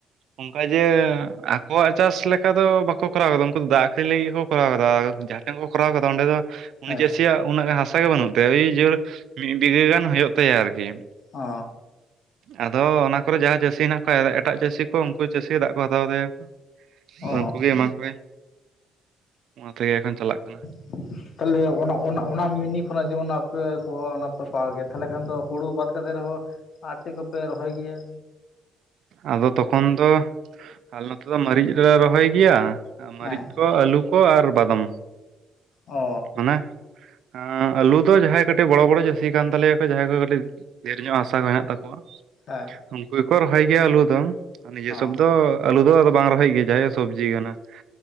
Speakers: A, on the right; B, on the left.
A: ᱚᱱᱠᱟ ᱡᱮ ᱟᱠᱚᱣᱟᱜ ᱪᱟᱥ ᱞᱮᱠᱟ ᱫᱚ ᱵᱟᱠᱚ ᱠᱚᱨᱟᱣ ᱟᱫᱟ ᱩᱱᱠᱩ ᱫᱚ ᱫᱟᱜᱽ ᱟᱠᱷᱨᱤᱧ ᱞᱟᱹᱜᱤᱫ ᱜᱮᱠᱚ ᱠᱚᱨᱟᱣ ᱟᱫᱟ ᱡᱷᱟᱴ ᱴᱟᱝ ᱠᱚ ᱠᱚᱨᱟᱣ ᱨᱟ ᱠᱟᱫᱟ ᱚᱸᱰᱮ ᱫᱚ ᱩᱱᱤ
B: ᱦᱮᱸ
A: ᱪᱟᱹᱥᱤᱭᱟᱜ ᱩᱱᱟᱹᱜ ᱜᱟᱱ ᱦᱟᱥᱟ ᱜᱮ ᱵᱟᱹᱱᱩᱜ ᱛᱟᱭᱟ ᱩᱭ ᱡᱚᱨ ᱢᱤᱫ ᱵᱤᱜᱷᱟᱹ ᱜᱟᱱ ᱦᱩᱭᱩᱜ ᱛᱟᱭᱟ ᱟᱨᱠᱤ ᱾
B: ᱚ ᱾
A: ᱟᱫᱚ ᱚᱱᱟ ᱠᱚᱨᱮ ᱡᱟᱦᱟᱸ ᱪᱟᱹᱥᱤ ᱦᱮᱱᱟᱜ ᱠᱚᱣᱟ ᱮᱴᱟᱜ ᱪᱟᱹᱥᱤ ᱠᱚ ᱩᱱᱠᱩ ᱪᱟᱹᱥᱤ ᱫᱟᱜᱽ ᱠᱚ ᱦᱟᱛᱟᱣ ᱛᱟᱭᱟ ᱠᱚ᱾
B: ᱚ
A: ᱩᱱᱠᱩ ᱜᱮ ᱮᱢᱟ ᱠᱚᱣᱟᱭ, ᱚᱱᱟ ᱛᱮᱜᱮ ᱮᱠᱷᱚᱱ ᱪᱟᱞᱟᱜ ᱠᱟᱱᱟ ᱾
B: <inaudible> ᱛᱟᱞᱮ ᱚᱱᱟ ᱚᱱᱟ ᱚᱱᱟ ᱢᱤᱱᱤ ᱠᱷᱚᱱᱟᱜ ᱡᱮᱢᱚᱱ ᱟᱯᱮ ᱠᱚᱦᱚᱸ ᱚᱱᱟ ᱯᱮ ᱯᱟᱣ ᱜᱮᱭᱟ ᱛᱟᱦᱞᱮ ᱠᱷᱟᱱ ᱫᱚ ᱦᱩᱲᱩ ᱵᱟᱫ ᱠᱟᱛᱮ ᱨᱮᱦᱚᱸ ᱟᱨ ᱪᱮᱜ ᱠᱚᱯᱮ ᱨᱚᱦᱚᱭ ᱜᱮᱭᱟ?
A: ᱟᱫᱚ ᱛᱚᱠᱷᱚᱱ ᱫᱚ ᱟᱞᱮ ᱱᱚᱛᱮ ᱫᱚ ᱢᱟᱨᱤᱪ ᱞᱮ ᱨᱚᱦᱚᱭ ᱜᱮᱭᱟ ᱢᱟᱨᱤᱪ
B: ᱦᱮᱸ
A: ᱠᱚ ᱟᱹᱞᱩ ᱠᱚ ᱟᱨ ᱵᱟᱫᱚᱢ ᱾
B: ᱚ ᱾
A: ᱱᱟ ᱾ ᱟᱸ ᱟᱹᱞᱩ ᱫᱚ ᱡᱟᱦᱟᱸᱭ ᱠᱟᱹᱴᱤᱡ ᱵᱚᱲᱚ ᱵᱚᱲᱚ ᱪᱟᱹᱥᱤ ᱠᱟᱱ ᱛᱟᱞᱮᱭᱟᱠᱚ ᱡᱟᱦᱟᱸᱭ ᱠᱚ ᱠᱟᱹᱴᱤᱡ ᱰᱷᱮᱨ ᱧᱚᱜ ᱦᱟᱥᱟ ᱠᱚ ᱦᱮᱱᱟᱜ ᱛᱟᱠᱚᱣᱟ ᱾
B: ᱦᱮ ᱾
A: ᱩᱱᱠᱩ ᱜᱮᱠᱚ ᱨᱚᱦᱚᱭ ᱜᱮᱭᱟ ᱟᱞᱩ ᱫᱚ ᱟᱨ ᱱᱤᱡᱮ
B: ᱚ
A: ᱥᱚᱵ ᱫᱚ ᱟᱞᱩ ᱫᱚ ᱟᱫᱚ ᱵᱟᱝ ᱨᱚᱦᱚᱭ ᱜᱮᱭᱟ ᱡᱟᱦᱟᱸᱭᱟ ᱥᱚᱵᱽᱡᱤ ᱠᱟᱱᱟ ᱾